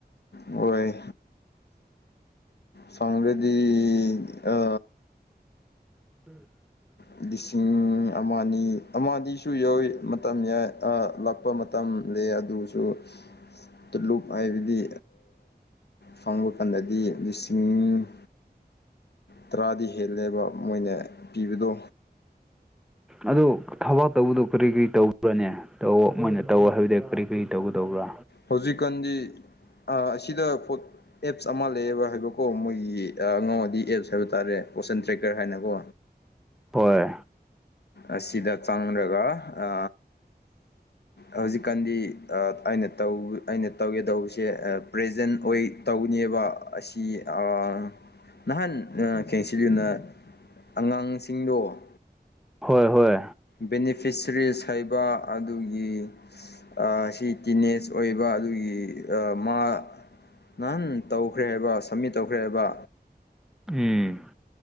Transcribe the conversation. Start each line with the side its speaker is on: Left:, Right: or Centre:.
Left: ꯍꯣꯏ ꯐꯪꯔꯗꯤ ꯑ
Centre: <inaudible>
Left: ꯂꯤꯁꯤꯡ ꯑꯃ ꯑꯅꯤ ꯑꯃꯗꯤꯁꯨ ꯌꯥꯎꯋꯤ ꯃꯇꯝ ꯌꯥꯏ ꯑ ꯂꯥꯛꯄ ꯃꯇꯝꯂꯦ ꯑꯗꯨꯁꯨ ꯇꯨ ꯂꯨꯞ ꯍꯥꯏꯕꯗꯤ ꯐꯪꯕ ꯀꯥꯟꯗꯗꯤ ꯂꯤꯁꯤꯡ ꯇꯔꯥꯗꯤ ꯍꯦꯜꯂꯦꯕ ꯃꯣꯏꯅ ꯄꯤꯕꯗꯣ
Centre: ꯑꯗꯨ ꯊꯕꯥꯛ ꯇꯧꯕꯗꯨꯣ ꯀꯔꯤ ꯀꯔꯤ ꯇꯧꯕ꯭ꯔꯅꯦ ꯇꯧ ꯃꯣꯏꯅ ꯇꯧ ꯍꯥꯏꯕꯗꯤ ꯀꯔꯤ ꯀꯔꯤ ꯇꯧꯒꯗꯧꯕ꯭ꯔꯥ
Left: ꯍꯧꯖꯤꯛꯀꯥꯟꯗꯤ ꯑꯁꯤꯗ ꯐꯣꯠ ꯑꯦꯞꯁ ꯑꯃ ꯂꯩꯌꯦꯦꯕ ꯍꯥꯏꯕꯀꯣ ꯃꯣꯏ ꯑꯉꯥꯡꯋꯥꯗꯤ ꯑꯦꯞꯁ ꯍꯥꯏꯕ ꯇꯥꯔꯦ ꯄꯣꯁꯟ ꯇ꯭ꯔꯦꯛꯀꯔ ꯍꯥꯏꯅꯀꯣ
Centre: ꯍꯣꯏ
Left: ꯑꯁꯤꯗ ꯆꯪꯔꯒ ꯑ ꯍꯧꯖꯤꯛꯀꯥꯟꯗꯤ ꯑꯩꯅ ꯇꯧ ꯑꯩꯅ ꯇꯧꯒꯦꯇꯧꯕꯁꯦ ꯄ꯭ꯔꯖꯦꯟ ꯑꯣꯏ ꯇꯧꯅꯦꯕ ꯑꯁꯤ ꯑ ꯅꯍꯥꯟ ꯈꯦꯡꯁꯤꯜꯂꯨꯅ ꯑꯉꯥꯡꯁꯤꯡꯗꯣ
Centre: ꯍꯣꯏ ꯍꯣꯏ
Left: ꯕꯦꯅꯤꯐꯤꯁꯔꯤꯁ ꯍꯥꯏꯕ ꯑꯗꯨꯒꯤ ꯑ ꯁꯤ ꯇꯤꯅꯦꯖ ꯑꯣꯏꯕ ꯑꯗꯨꯒꯤ ꯑ ꯃꯥ ꯅꯍꯟ ꯇꯧꯈ꯭ꯔꯦꯕ ꯍꯥꯏꯕ ꯁꯝꯃꯤꯠ ꯇꯧꯈ꯭ꯔꯦꯕ
Centre: ꯎꯝ